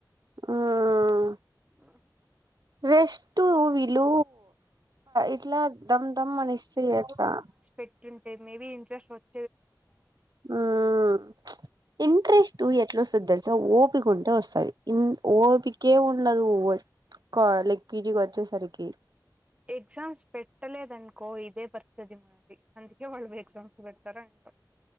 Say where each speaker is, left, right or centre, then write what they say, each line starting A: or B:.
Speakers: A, on the right; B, on the right.
A: మ్మ్
B: ఆ
A: రెస్ట్ వీళ్ళు ఇట్లా దమ్ దమ్ అని ఇస్తే ఎట్లా
B: ట్ంటే మేబీ ఇంట్రెస్ట్ వచ్చ <unintelligible>
A: ఉం చ్ ఇంట్రెస్ట్ ఎట్లా వస్తదో తెలుస ఓపిక ఉంటే వస్తది ఓపికే ఉ ఉండదు వ క లైక్ పీజీకి వచ్చేసరికి
B: ఎక్సామ్స్ పెట్టలేదను కో ఇదే పరిస్తితి మాది అందుకే వాళ్ళు ఎగ్జామ్స్ పెడతారు అంటుంది